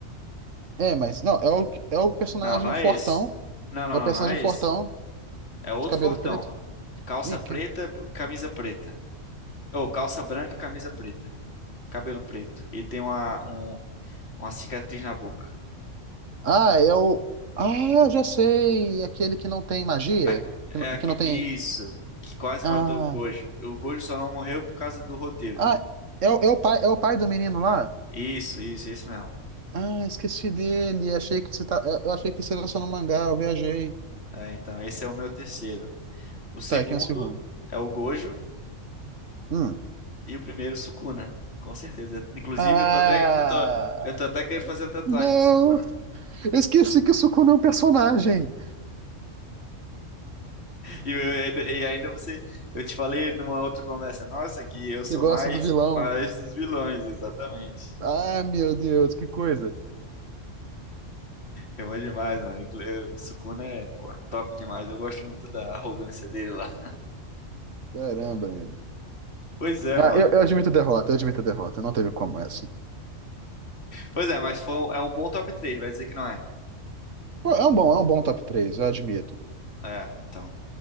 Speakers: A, on the right (about 75°); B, on the left (about 55°).
A: É, mas. Não, é o, é o personagem
B: Não, não é
A: Fortão.
B: esse. Não, não,
A: É o
B: não,
A: personagem
B: não é
A: Fortão
B: esse. É outro
A: de cabelo
B: fortão.
A: preto.
B: Calça
A: Ih, quem?
B: preta, b- camisa preta. Ou calça branca, camisa preta. Cabelo preto. E tem uma, um- uma cicatriz na boca.
A: Ah, é o. Ah, já sei! Aquele que não tem magia?
B: A- É
A: Que não,
B: aque-
A: que não tem.
B: isso. Que quase
A: Ah,
B: matou o Gojo. O Gojo só não morreu por causa do roteiro.
A: ah é, o- é, o pai, é o pai do menino lá?
B: Isso, isso, esse mesmo.
A: Ah, esqueci dele. Achei que você tá... Eu achei que você lançou no mangá, eu viajei.
B: É, então, esse é o meu terceiro. O segundo
A: Tá, aqui um segundo.
B: é o Gojo.
A: Hum.
B: E o primeiro, Sukuna. Com certeza. Inclusive,
A: Ah!
B: eu tô até, eu tô, eu tô até querendo fazer a tatuagem
A: Não!
B: do Sukuna.
A: Eu Esqueci que o Sukuna é um personagem!
B: E, eu- eu ainda- e ainda você, eu te falei numa outra conversa nossa que eu
A: Você
B: sou
A: gosta
B: mais,
A: do vilão?
B: mais dos vilões, exatamente.
A: Ah, meu Deus, que coisa!
B: É bom demais, mano. Inclu- O Sukuna é, porra, top demais. Eu gosto muito da arrogância dele lá. <laughs>
A: Caramba, meu.
B: Pois é,
A: Ah,
B: mano.
A: eu, eu admito derrota, eu admito derrota. Não teve como essa.
B: Pois é, mas foi um- é um bom top 3. vai dizer que não é.
A: Pô, é um bom, é um bom top 3 eu admito.
B: É, então,